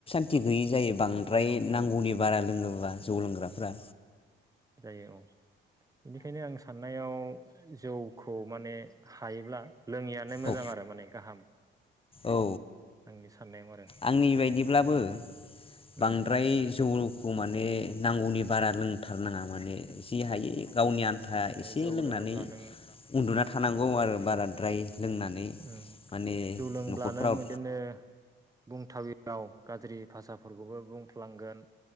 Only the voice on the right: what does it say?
औ
औ
उम जायो औ बेनिखायनो आं साननायाव जौखौ माने हायोब्ला। लोङियानो मोजां
आरो माने गाहाम
आंनि साननायाव आरो
उम
उम
बिदिनो
जौ
लोङोब्ला नों
ओं
जौ लोंब्ला
नों इदिनो बुंथावि राव गाज्रि भाषाफोरखौबो बुंफ्लांगोन